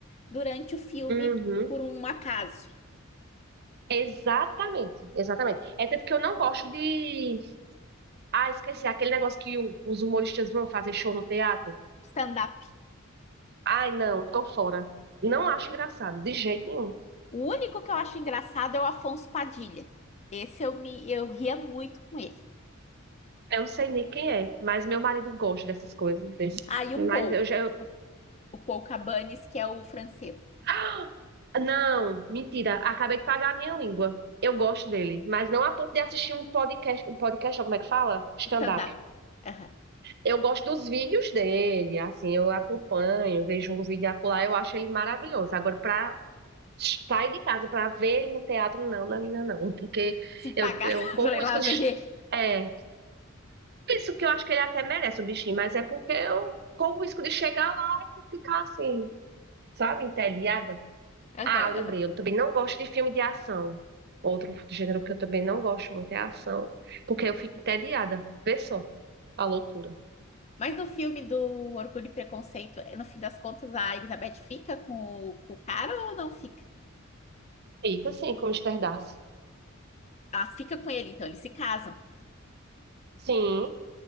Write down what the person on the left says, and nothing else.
durante o filme
por um acaso.
Stand-up.
O único que eu acho engraçado é o Afonso Padilha. Esse eu me eu ria muito com ele.
Aí ah,
o Paul,
o, o Paul Cabanes, que é o francês.
Stand-up. Uhum.
Se pagar
<laughs>
pra
ir
lá
ver ele.
Uhum,
uhum.
Mas no filme do Orgulho e Preconceito, eh, no fim das contas, a Elizabeth fica com o, com o cara ou não fica?
Ela fica com ele, então eles se casam.